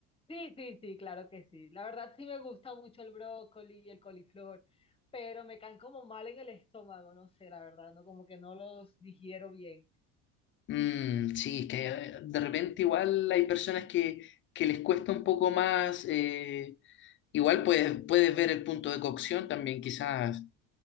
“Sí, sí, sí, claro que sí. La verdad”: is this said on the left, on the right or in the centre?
Left